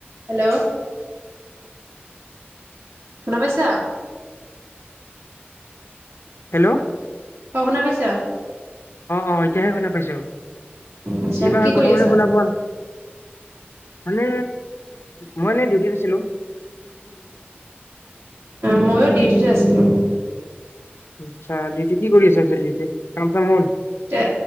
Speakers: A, on the right; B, on the left.
A: Hello, শুনা পাইছা?
B: Hello অ
A: অঁ শুনা পাইছা?
B: অ এতিয়াহে শুনা পাইছো
A: আচছা
B: কিবা
A: কি
B: হয় প্ৰথমতে
A: কৰি আছা?
B: শুনা পোৱা নাই মানে মই এনেই ডিউটিত আছিলোঁ।
A: মইয়ো ডিউটিতে আছি, <unintelligible>
B: আচছা, ডিউতি ত কি কৰি আছে পিছে কাম চাম হল?
A: এ